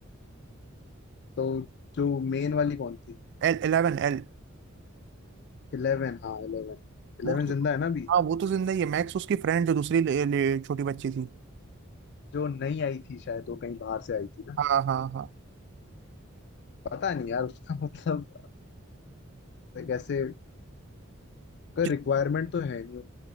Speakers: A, on the left; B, on the right.
A: तो जो मेन वाली कौन थी
B: L eleven L
A: इलेवन हाँ इलेवन इलेवन
B: वो तो-
A: जिंदा है ना अभी
B: हाँ वो तो जिंदा ही है मैक्स उसकी फ्रेंड जो दूसरी ले, ले, छोटी बच्ची थी
A: जो नई आई थी शायद वो कहीं बाहर से आई थी ना
B: हाँ हाँ हाँ
A: पता नहीं यार उसका <laughs> मतलब like ऐसे कोई
B: जि-
A: रिक्वायरमेंट तो है नहीं